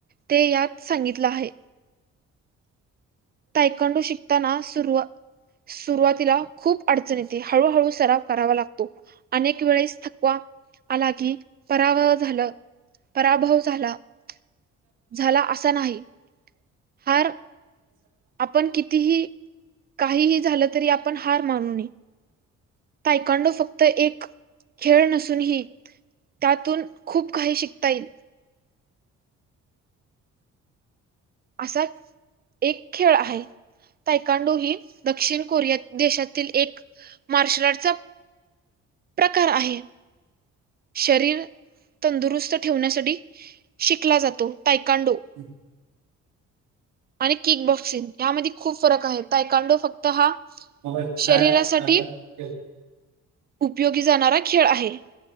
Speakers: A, on the right (about 35°); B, on the right (about 85°).
A: ते यात सांगितलं आहे. तायकांडू शिकू. ताना सुरु सुरुवातीला. खूप अडचणी येते हळूहळू. सराव करावा लागतो, अनेक वेळेस थकवा आला की पराभ झालं, पराभव झाला-झाला, असा नाही हार आपण कितीही. काहीही झालं तरी आपण हार मानू नये, तायकांडो फक्त एक खेळ नसूनही त्यातून खूप काही शिकता येईल. असा एक खेळ आहे तायकांडो ही दक्षिण कोरिया देशातील एक मार्शल आर्टचा प्रकार आहे, शरीर तंदुरुस्त ठेवण्यासाठी शिकला जातो. तायकांडू.
B: त्या-
A: आणि किक बॉक्स क्सिंग यामध्ये खूप फरक आहे, तायकांडू फक्त हा
B: मग अशी साय-
A: शरीरासाठी
B: सायबा केलं.
A: उपयोगी जाणारा खेळ आहे.